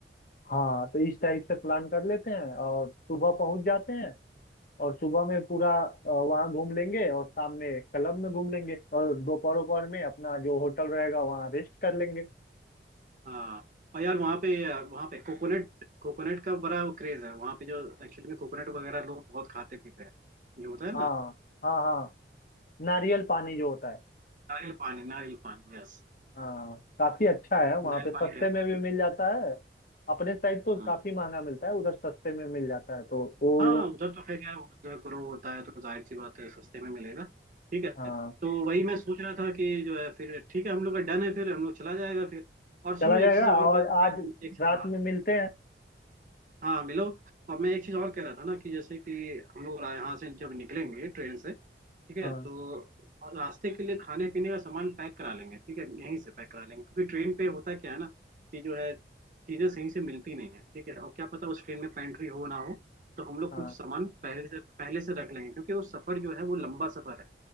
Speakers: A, on the left; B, on the right.
A: हाँ तो इस टाइप से प्लान कर लेते हैं और सुबह पहुंच जाते हैं और सुबह में पूरा अ, वहाँ घूम लेंगे और शाम में क्लब में घूम लेंगे और दोपहर दोपहर में अपना जो होटल रहेगा वहाँ रेस्ट कर लेंगे
B: हाँ और यार वहाँ पे वहाँ पे कोकोनट कोकोनट का बड़ा वो क्रेज है वहाँ पे जो एक्चुअली में कोकोनट वगैरह लोग बहुत खाते पीते हैं जो होता है
A: हाँ
B: ना
A: हाँ हाँ नारियल पानी जो होता है
B: नारियल पानी नारियल पानी यस
A: हाँ काफी अच्छा है वहाँ
B: नारियल
A: पे सस्ते
B: पानी है
A: में भी मिल जाता है अपने साइड तो
B: हाँ
A: काफी महंगा मिलता है उधर सस्ते में मिल जाता है तो वो
B: हाँ
A: लोग
B: उधर तो खैर यार उधर ग्रो होता है तो जाहिर सी बात है सस्ते में मिलेगा ठीक है
A: हाँ
B: तो वही मैं सोच रहा था कि जो है फिर ठीक है हम लोग का डन है फिर हम लोग चला जाएगा फिर और सुनो
A: चला
B: एक
A: जाएगा
B: चीज और
A: और
B: बात
A: आज
B: बात एक
A: रात
B: हाँ
A: में मिलते हैं
B: हाँ मिलो और मैं एक चीज और कह रहा था ना कि जैसे कि हम लोग रा- यहाँ से जब निकलेंगे ट्रेन से ठीक है
A: हाँ
B: तो रास्ते के लिए खाने पीने का सामान पैक करा लेंगे ठीक है यहीं से पैक करा लेंगे क्योंकि ट्रेन पे होता क्या है ना कि जो है चीजें सही से मिलती नहीं है ठीक है और क्या पता उस ट्रेन में पेंट्री हो ना हो तो हम लोग
A: हाँ
B: कुछ सामान पहले से पहले से रख लेंगे क्योंकि वो सफर जो है वो लंबा सफर है